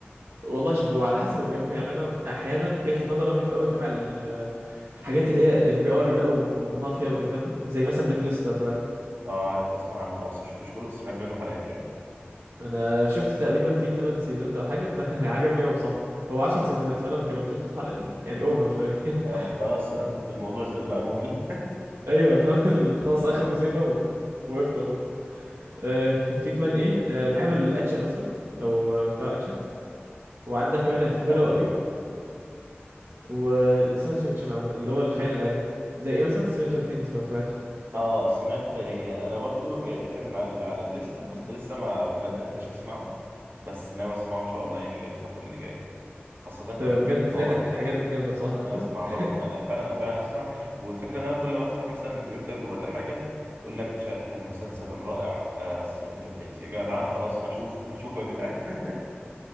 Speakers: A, on the right (about 85°); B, on the right (about 60°).
A: والله شوف هو على حسب الجو <laughs> يعني انا احيانا جات لي فتره انا بحب قوي اتابع ال- الحاجات اللي هي اف بي اي بقى ومافيا وكده فاهمني زي مثلا بلاك ليست لو تابعته
B: اه عارف اسمع عنه اه بس مشفتوش كله بس سمعت منه حلقتين
A: انا شفت تقريبا فيه 8 سيزونات او حاجه فعجبني <laughs> قوي بصراحه هو 10 سيزونات فانا ما كملتوش بصراحه لان يعني اوفر شويه <laughs>
B: اه خلاص <laughs> الموضوع ز- بقى ممل
A: ايوه فاهم ال- خلاص اخر جزئين بقى و- <laughs> وقفت بقى خلاص آه كان في كمان ايه آه بحب الاكشن مثلا لو آه، بتابع اكشن وعندك كمان الثريلر
B: الاكشن
A: قوي
B: برضه
A: والساينس فيكشن عموما اللي هو الخيال العلمي زي ايه مثلا سترينجر ثينجز لو تابعته
B: اه سمعت يعني انا برضو يعني كان على على الليستة بس لسه ما بدأتش اسمعه بس ناوي اسمعه ان شاء الله يعني الفترة اللي جاية خاصة كمان
A: بجد
B: إن
A: فايتك
B: هو
A: حاجات جامده بصراحه
B: انا اسمع
A: <laughs>
B: برضو انا فعلا انا فعلا اسمع والفكره ان انا كل ما افتح مثلا تويتر ولا حاجه يقول لك مش عارف المسلسل الرائع سترينجر ثينجز يا جدعان خلاص هشوف هشوفه يا جدعان <laughs>